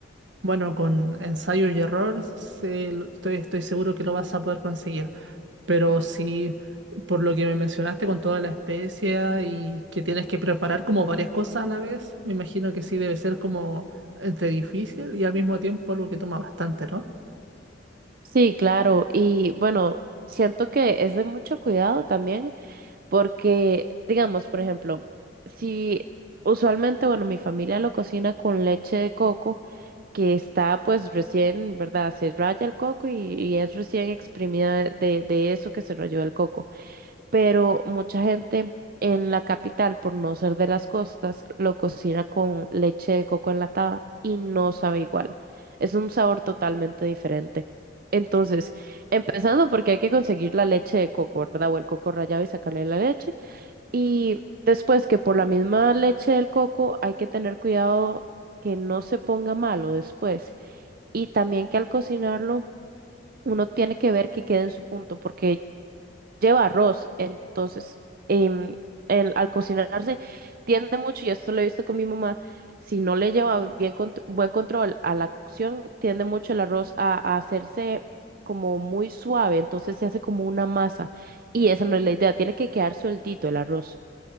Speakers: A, on the right; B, on the right.
A: Bueno, con ensayo y error se lo- estoy, estoy seguro que lo vas a poder conseguir, pero si por lo que me mencionaste con toda la especia y que tienes que preparar como varias cosas a la vez, me imagino que sí debe ser como entre difícil y al mismo tiempo algo que toma bastante, ¿no?
B: Sí, claro. Y bueno, siento que es de mucho cuidado también. Porque, digamos, por ejemplo, si usualmente, bueno, mi familia lo cocina con leche de coco, que está pues recién, ¿verdad? Se raya el coco y, y es recién exprimida de, de eso que se rayó el coco. Pero mucha gente en la capital, por no ser de las costas, lo cocina con leche de coco enlatada y no sabe igual. Es un sabor totalmente diferente. Entonces, empezando porque hay que conseguir la leche de coco, ¿verdad? O el coco rallado y sacarle la leche. Y después que por la misma leche del coco hay que tener cuidado que no se ponga malo después. Y también que al cocinarlo uno tiene que ver que quede en su punto porque lleva arroz. Entonces, em, el- al cocinarse tiende mucho, y esto lo he visto con mi mamá, si no le lleva bien contr- buen control a la cocción, tiende mucho el arroz a, a hacerse como muy suave. Entonces se hace como una masa. Y esa no es la idea, tiene que quedar sueltito el arroz.